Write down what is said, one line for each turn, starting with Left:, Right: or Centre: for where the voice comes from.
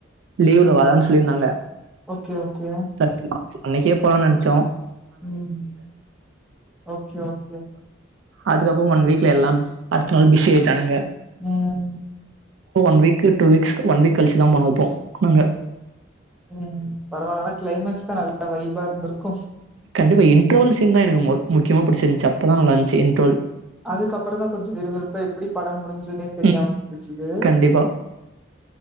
Right: லீவு்ல வாதான்னு சொல்லியிருந்தாங்க
Centre: ஓகே ஓகே
Right: <unintelligible> அன்னைக்கே போலான்னு நெனைச்சோம்
Centre: உம் ஓகே ஓகே
Right: அதுக்கப்றோ ஒன் வீக்ல எல்லா அடுத்த நாள் பிஸி ஆயிட்டானுங்க
Centre: உம்
Right: one week two weeks one week கழிச்சுதா போனதுப்போ நாங்க
Centre: உம் பரவாயில்ல ஆனா கிளைமேக்ஸ் தா நல்லா வைபா இருந்திருக்கூ
Right: கண்டிப்ப இன்டரோல் சீன் தா எனக்கு முக்கியமா பிடிச்சிருந்துச்சு அப்ப தா நல்லா இருந்துச்சு இன்ட்ரோல்
Centre: அதுக்கப்புறோ தா கொஞ்சோ விறுவிறுப்பா எப்டி படம் முடிஞ்சுதுன்னே தெரியாம
Right: ம்.
Centre: புடிச்சுது
Right: கண்டிப்பா,